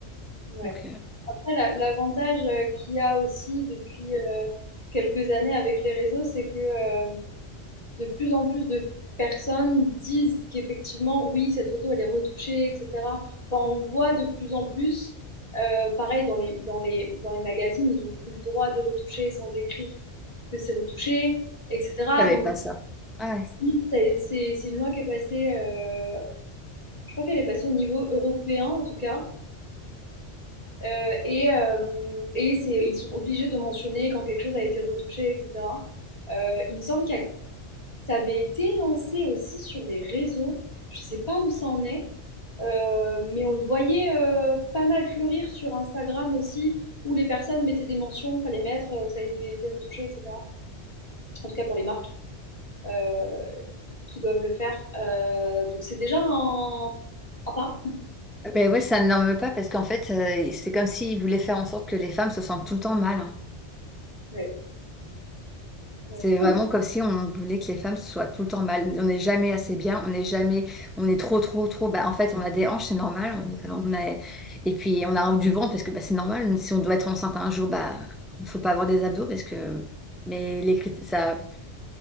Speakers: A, on the left (about 35°); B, in the centre.
A: ouais.
B: Donc euh,
A: Après, la- l'avantage euh, qu'il y a aussi depuis euh, quelques années avec les réseaux, c'est que euh, de plus en plus de personnes disent qu'effectivement, oui, cette photo, elle est retouchée, etc. Enfin, on le voit de plus en plus. Euh, pareil, dans les, dans, les, dans les magazines, ils n'ont plus le droit de retoucher sans écrire que c'est retouché, etc.
B: il n'y
A: Donc,
B: avait pas ça. Ouais.
A: si, c'est c'est- c'est une loi qui est passée, euh, je crois qu'elle est passée au niveau européen en tout cas. Euh, et euh, et c'est, ils sont obligés de mentionner quand quelque chose a été retouché, etc. Euh, il me semble que ça avait été lancé aussi sur les réseaux. Je ne sais pas où ça en est, euh, mais on le voyait euh, pas mal fleurir sur Instagram aussi, où les personnes mettaient des mentions, il fallait mettre euh, que ça avait été retouché, etc. En tout cas pour les marques euh, qui doivent le faire. Euh, donc c'est déjà un, un pas.
B: Mais ouais, ça ne norme pas parce qu'en fait, euh, c'est comme s'ils voulaient faire en sorte que les femmes se sentent tout le temps mal. hein.
A: Ouais, ouais.
B: C'est vraiment comme si on voulait que les femmes soient tout le temps mal. On n'est jamais assez bien, on n'est jamais, on est trop, trop, trop. Bah, en fait, on a des hanches, c'est normal. Euh, On a, et puis, on a du ventre parce que bah, c'est normal. Si on doit être enceinte un jour, bah, il ne faut pas avoir des abdos parce que. Mais les crit- ça,